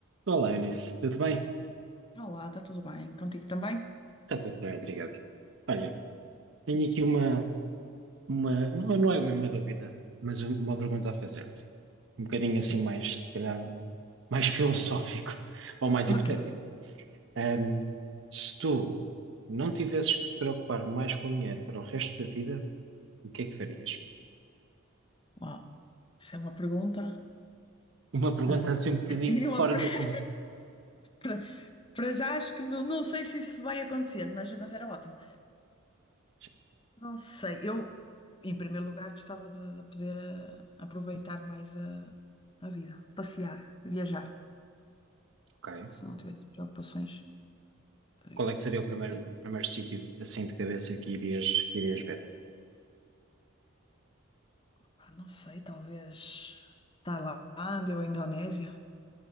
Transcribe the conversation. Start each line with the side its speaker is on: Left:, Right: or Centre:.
Right: Olá, Inês, tudo bem?
Left: Olá, está tudo bem? Contigo também?
Right: Está tudo bem, obrigado. Olha, tenho
Left: Diz.
Right: aqui uma, uma não, não é bem uma dúvida, mas um- uma pergunta a fazer-te. Um bocadinho assim
Left: Sim.
Right: mais, se calhar, mais <laughs> filosófico ou mais
Left: Ok,
Right: hipotético. Ahm, se tu não tivesses que te preocupar mais com dinheiro para o resto da vida, o que é que farias?
Left: uau. Isso é uma pergunta.
Right: Uma pergunta
Left: ah,
Right: assim um bocadinho
Left: <laughs> eu
Right: fora
Left: a-
Right: do comum.
Left: <laughs> para, para já acho que não, não sei se isso vai acontecer, mas, mas era ótimo.
Right: Sim,
Left: Ah, não sei, eu, em primeiro lugar, gostava de, de poder ah, aproveitar mais a, a vida, passear, viajar,
Right: ok.
Left: se não tivesse preocupações. eh,
Right: Qual é que seria o primeiro,
Left: eh,
Right: o primeiro sítio assim de cabeça que irias, que irias ver?
Left: pá, Não sei, talvez Tailândia ou Indonésia.